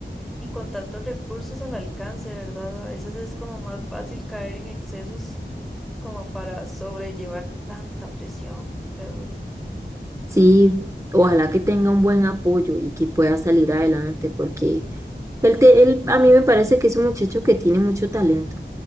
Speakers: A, in the centre; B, on the right.
A: Y con tantos recursos al alcance, ¿verdad? A veces es como más fácil caer en excesos como para sobrellevar tanta presión. Qué duro.
B: Sí, ojalá que tenga un buen apoyo y que pueda salir adelante porque él, te- él a mí me parece que es un muchacho que tiene mucho talento.